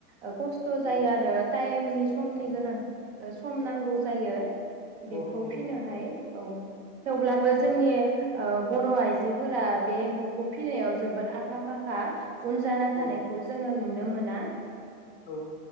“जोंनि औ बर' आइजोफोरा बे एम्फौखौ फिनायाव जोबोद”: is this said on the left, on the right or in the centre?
Right